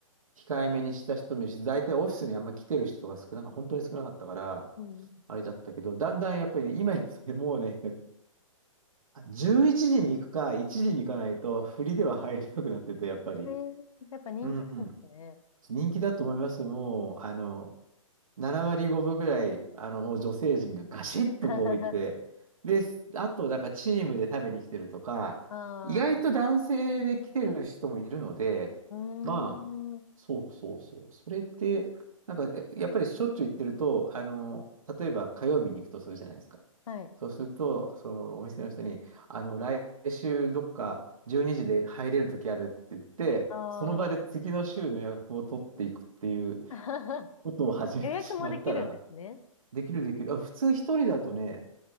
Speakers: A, on the right; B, on the left.
A: 控えめにした人もいるし、大体オフィスにあんま来てる人が少なか、本当に少なかったから、
B: うん。
A: あれだったけど、だんだんやっぱりね、今行くとね、もうね、あ11時に行くか、1時に行かないと、振りでは入れなくなってて、やっぱり。
B: えー、やっぱ人気なんですね。
A: うん。人気だと思います。もう、あの、7割5分ぐらい、あの、もう女性陣がガシッとこういて、
B: <laughs>
A: で、あと、なんかチームで食べに来てるとか、
B: ああ、
A: 意外と男性で来てる人もいるので、
B: うー
A: まあ、
B: ん、
A: そうそうそう。それって、なんか、えやっぱりしょっちゅう行ってると、あの、例えば火曜日に行くとするじゃないですか。
B: はい。
A: そうすると、そのお店の人に、あの、来週どっか12時で入れる時あるって言って、
B: あ
A: その場で次の週の予約を取っていくっていう、
B: あ、<laughs>
A: ことを始めてしまったら、
B: 予約もできるんですね。
A: できるできる。あ、普通一人だとね、